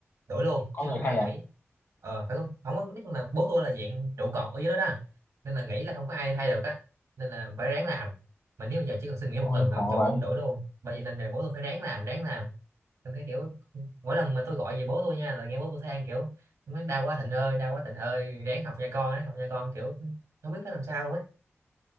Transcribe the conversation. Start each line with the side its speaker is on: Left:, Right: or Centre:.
Right: đuổi luôn
Left: có
Right: chứ
Left: người
Right: không có
Left: thay
Right: cho
Left: à?
Right: nghỉ ờ phải không không có nói chung là bố tôi là dạng trụ cột ở dưới đó đó nên là nghỉ là không có ai thay được á nên là phải ráng làm mà nếu bây giờ chỉ cần xin nghỉ một
Left: Ôi
Right: tuần là
Left: khổ
Right: ông chủ
Left: vậy.
Right: ông đuổi luôn bởi vậy nên là bố tôi phải ráng làm ráng làm xong cái kiểu mỗi lần mà tôi gọi về bố tôi nha là nghe bố tôi than kiểu nói đau quá Thịnh ơi đau quá Thịnh ơi ráng học nha con ráng học nha con kiểu không biết phải làm sao luôn á